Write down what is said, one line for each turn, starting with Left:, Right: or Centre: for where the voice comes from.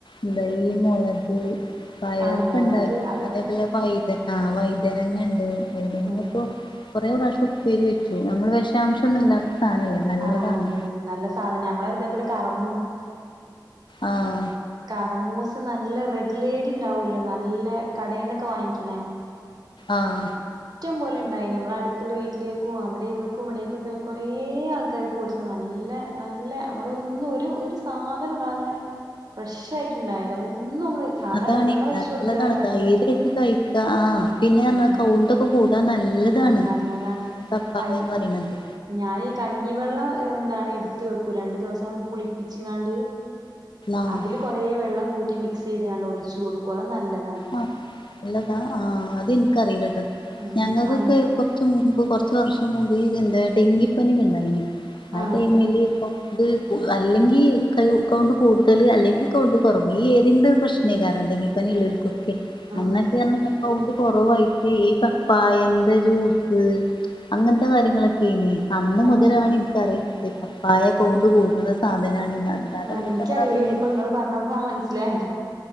Left: എന്താ ഈ മുളക് പയർ
Right: ആഹ്
Left: ഇപ്പം
Right: മുളക്
Left: ഇണ്ടാ
Right: അതൊക്കെ
Left: അതേപോലെ വൈതനാ വൈതനങ്ങണ്ട് നമ്മളിപ്പോ
Right: ആഹ്
Left: കൊറേ പ്രാശ്യം ഉപ്പേരി വെച്ചു. നമ്മള് വെഷാംശം ഒന്നും ഇല്ലാത്ത സാധനല്ലേ? നല്ലതാണ്
Right: ആ അതന്നെ. നല്ല സാധന. നമ്മളെ ഇതേപോലെ കറമ്മുസ <inaudible>
Left: ആാാ.
Right: കർമൂസ, നല്ല റെഡ്ലേഡി ണ്ടാവല്ലോ! നല്ല, കടയിന്നൊക്കെ വാങ്ങിക്കണേ
Left: ആഹ
Right: ഇഷ്ടം പോലെ ഇണ്ടായിനി നമ്മള അടുത്തുള്ള വീട്ടിലേക്കും അവിടെ ഇവർക്കും ഇവിടേക്കൊക്കെ ആയി കുറേ ആൾക്കാർക്ക് കൊടുത്ത് നല്ല നല്ല നല്ല നമ്മൾ ഒന്നും ഒരു ഒരു സാധനും ഇടാതെ ഫ്രഷായിട്ട്ണ്ടായതാ ഒന്നും നമ്മള് സാധാ
Left: അതാണ്
Right: വെള്ളം ഒഴിച്ചു
Left: നല്ലതാണ്
Right: കൊടുക്കുക അല്ലാതെ
Left: ധൈര്യായിട്ട് കഴിക്ക ആ പിന്നെന്നറഞ്ഞാ
Right: ആഹ്
Left: കൗണ്ടൊക്കെ കൂടും അത് നല്ലതാണ്
Right: ആഹ് നല്ലതാണ്
Left: പപ്പായന്ന്
Right: കഞ്ഞി
Left: പറിണത്.
Right: ഞാനീ കഞ്ഞിവെള്ളം എന്താണ് എട്ത്ത് വെക്കും, രണ്ടു ദിവസം പുളിപ്പിച്ചിങ്ങാണ്ട്.
Left: ആഹ്
Right: അതില് കൊറേ വെള്ളം കൂട്ടി മിക്സ് ചെയ്താണ്ട് ഒഴിച്ചു കൊടുക്കും അതാ നല്ലത്
Left: ആഹ നല്ലതാ ആ അത്ൻക്ക് അറീലട്ടന്നാ
Right: ഉം
Left: ഞങ്ങൾക്കൊക്കെ
Right: ആഹ്
Left: കൊറച്ച് മുമ്പ്, കൊറച്ച് വർഷം മുമ്പ് എന്താ ഡെങ്കിപ്പനിക്കണ്ടായിനിലെ? ആ
Right: ആഹ്
Left: ടൈമില് ഇപ്പൊ <inaudible> ഇത് അല്ലെങ്കിൽ കൈ കൗണ്ട് കൂടുതൽ അല്ലെങ്കിൽ കൗണ്ട് കൊറവ് ഈ ഏതെങ്കിലൊരു പ്രശ്നൈകാരം ഡെങ്കി പനില്ലോൽകൊക്കെ, അന്നൊക്കെറഞ്ഞാൽ
Right: ആഹ്
Left: കൗ <unintelligible> കുറവായിട്ട് ഈ പപ്പായന്റെ ജ്യൂസ് അങ്ങനത്തെ കാര്യങ്ങളൊക്കെനി അന്ന്
Right: ആഹ്
Left: മുതലാണ്
Right: ശരി
Left: എനിക്കറിയ ലൊട്ത്തിയെ, പപ്പായ കൗണ്ട് കൂട്ണ സാധനാണ്ന്ന്. അല്ലാതെ
Right: ആ
Left: നമ്മക്കങ്ങനെ
Right: എനിക്കറിയിലേനി
Left: അറിയൊന്നില്ല
Right: ഇപ്പോ ഇങ്ങള് പറഞ്ഞപ്പോ മനസ്സിലായത്